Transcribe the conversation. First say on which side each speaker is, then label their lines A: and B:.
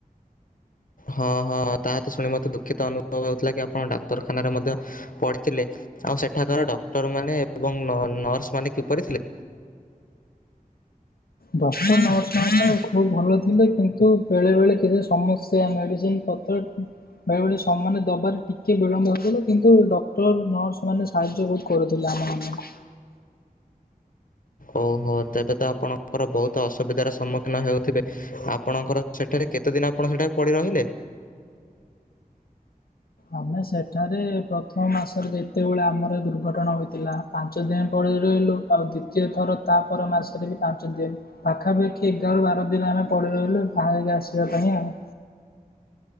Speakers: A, on the left; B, on the left.
A: ହଁ ହଁ ତାହା ତ ଶୁଣି ମତେ ଦୁଃଖିତ ଅନୁଭବ ହେଉଥିଲା କି ଆପଣ ଡାକ୍ତରଖାନାରେ ମଧ୍ୟ ପଢିଥିଲେ ଆଉ ସେଠାକାର ଡକ୍ଟର ମାନେ ଏବଂ ନର୍ସ ମାନ କିପରିଥିଲେ?
B: ଡକ୍ଟର ନର୍ସ ମାନେ ଖୁବ୍ ଭଲ ଥିଲେ କିନ୍ତୁ ବେଳେବେଳେ କିଛି ସମସ୍ୟା ମେଡ଼ିସିନ ବେଳେବେଳେ ସମାନେ ଦବାରେ ଟିକେ ବିଳମ୍ବ ହେଉଥିଲା କିନ୍ତୁ ଡକ୍ଟର ନର୍ସ ମାନେ ସାହାଯ୍ୟ ବହୁତ କରୁଥିଲେ ଆମ ମାନଙ୍କୁ।
A: ଓହୋ ତେବେ ତ ଆପଣଙ୍କର ବହୁତ ଅସୁବିଧାର ସମ୍ମୁଖୀନ ହେଉଥିବେ? ଆପଣଙ୍କର ସେଠାରେ କେତେ ଦିନ ଆପଣ ସେଠା ପଡି ରହିଲେ?
B: ଆମେ ସେଠାରେ ପ୍ରଥମ ମାସରେ ଯେତେବେଳେ ଆମର ଦୁର୍ଘଟଣା ହୋଇଥିଲା। ପାଞ୍ଚ ଦିନ ପଡି ରହିଲୁ ଆଉ ଦ୍ଵିତୀୟ ଥର ତା ପର ମାସରେ ବି ପାଞ୍ଚ ଦିନ ପାଖାପାଖି ଏଗାରରୁ ବାର ଦିନ ଆମେ ପଡି ରହିଲୁ ବାହାରିକି ଆସିବା ପାଇଁ ଆଉ।